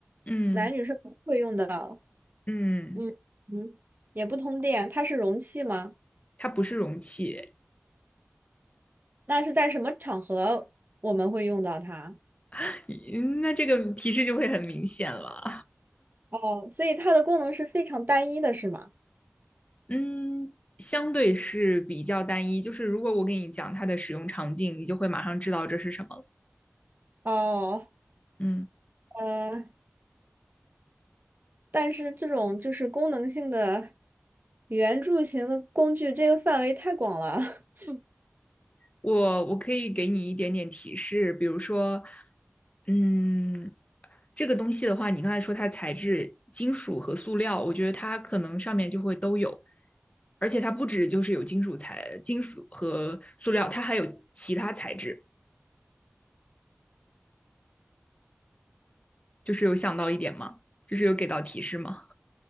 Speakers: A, on the left; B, on the right.
A: 嗯
B: 男女是不会用的。
A: 嗯，
B: 嗯嗯，也不通电，它是容器吗？
A: 它不是容器，
B: 那是在什么场合我们会用到它？
A: <laughs> 那这个提示就会很明显了。
B: 哦，所以它的功能是非常单一的，是吗？
A: 嗯，相对是比较单一，就是如果我给你讲它的使用场景，你就会马上知道这是什么了
B: 哦，
A: 嗯，
B: 呃。但是这种就是功能性的圆柱形的工具，这个范围太广了。<laughs>
A: 我我可以给你一点点提示，比如说，嗯，这个东西的话，你刚才说它材质金属和塑料，我觉得它可能上面就会都有，而且它不止就是有金属材、金属和塑料，它还有其他材质，就是有想到一点吗？就是有给到提示吗？